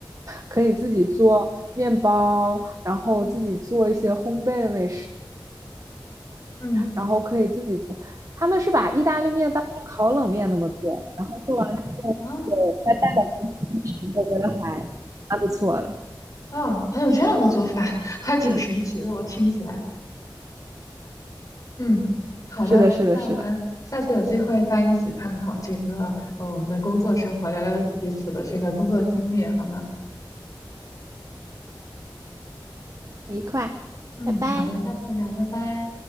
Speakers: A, on the right; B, on the left.
A: 可以自己做面包，然后自己做一些烘焙的美食，
B: 嗯嗯，
A: 然后可以自己做。他们是把意大利面当成烤冷面那么做，然后做完之后，
B: 啊
A: 就再带到公司吃，我觉得还蛮不错的。
B: 啊，还有这样的做法，<laughs> 还挺神奇的，
A: 嗯，
B: 我听起来。嗯，好的，
A: 是的，是的，
B: 那我们下次有机会再一起探讨这个呃我们的工作生活，
A: 是的，
B: 聊聊彼此的这个工作经历，好吗？
A: 愉快，
B: 嗯，
A: 拜拜。
B: 好的，下次聊，拜拜。